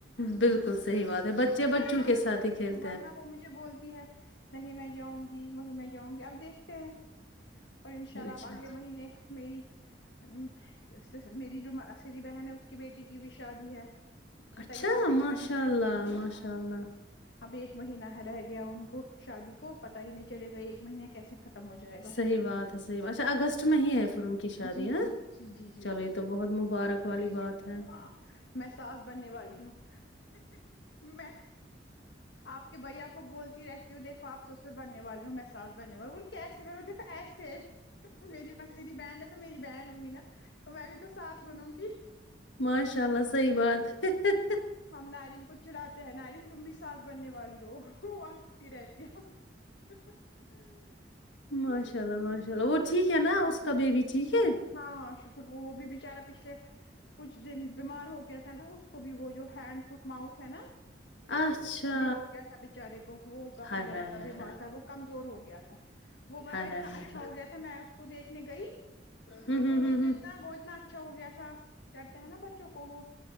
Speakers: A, on the left; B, on the left.
A: بالکل صحیح بات ہے بچے بچوں
B: ورنہ
A: کے ساتھ ہی کھیل
B: ورنہ وہ مجھے بولتی ہے نہیں میں جاؤں گی وہی میں جاؤں گی اب دیکھتے ہیں پر ان شاء اللہ
A: اچھا
B: اب اگلے مہینے میری م۔ میری جو مسیری بہن ہے اس کی بیٹے کی بھی شادی ہے اس کی
A: اچھا
B: تیاری بھی
A: ماشاء
B: کرنی ہے
A: اللہ ماشاء
B: ہاں
A: اللہ
B: جی اب ایک مہینہ ہے رہ گیا ان کو شادی کو پتا ہی نہیں چلے گا ایک مہینے کیسے ختم ہو جائے گا
A: صحیح بات ہے صحیح بات۔ اچھا اگست میں ہی ہے پھر ان کی شادی
B: جی
A: ہاں
B: جی جی جی جی
A: چلو یہ تو بہت مبارک والی بات ہے
B: ہاں میں ساس بننے والی ہوں ہے۔ ہے۔ ہے۔ میں آپ کے بھیا کو بولتی رہتی ہوں دیکھو آپ سسر بننے والے ہو میں ساس بننے والے وہ بولے کے کیسے میں بولی دیکھو ایسے سے میری مسیری بہن ہے تو میری بہن ہوی نا تو میں بھی تو ساس بنوں گی
A: ماشاء اللہ صحیح بات ہے ہیں۔ ہیں۔
B: ہم نارین کو چڑھاتے ہیں نارین تم بھی سانس بننے والی ہو وہ ہنستی رہتی ہے ہی ہی ہی
A: ماشاء اللہ ماشاء اللہ وہ ٹھیک ہے نا اس کا بیبی ٹھیک ہے
B: ہاں ہاں شکر وہ وہ بھی بچارا پچھلے کچھ دن بیمار ہو گیا تو نا اس کو بھی وہ جو ہینڈ فٹ ماؤتھ ہے نا
A: اچھا
B: تو اس کو بھی ہو گیا تھا بچارے کو ہوں کافی
A: ہائے
B: زیادہ
A: ہائے
B: تھا
A: ہائے
B: بیمار
A: ہائے
B: تھا وہ کمزور ہو گیا تھا وہ ورنہ
A: ہائے ہائے
B: اتنا
A: ہائے
B: اچھا
A: ہائے۔
B: ہو گیا تھا میں اس کو دیکھنے گئی
A: ہوں
B: تو
A: ہوں ہوں
B: مجھے
A: ہوں
B: اتنا وہ اتنا اچھا ہو گیا تھا چڑھتے ہیں نا بچوں کو وہ